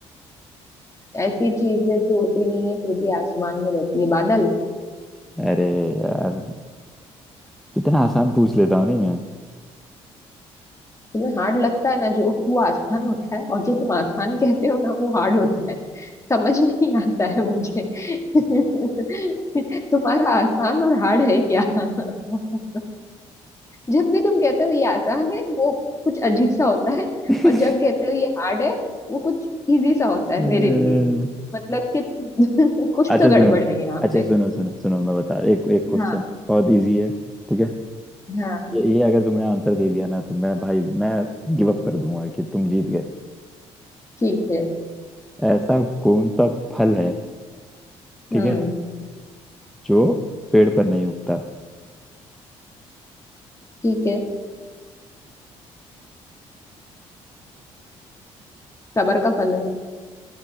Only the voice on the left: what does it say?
ऐसी चीज है जो उड़ती नहीं है फिर भी आसमान में रहती है बादल
तुम्हें हार्ड लगता है ना जो वो आसान होता है और जो तुम आसान कहते हो ना वो हार्ड होता है समझ नहीं आता है मुझे <laughs> तुम्हारा आसान और हार्ड है क्या <laughs> जब भी तुम कहते हो ये आसान है वो कुछ अजीब सा होता है
और जब कहते हो ये हार्ड है वो कुछ इजी सा होता है मेरे
लिए मतलब कि <laughs> कुछ
तो गड़बड़
है यहाँ
पे
हाँ
हाँ
ठीक है
हम्म
ठीक है सबर का फल है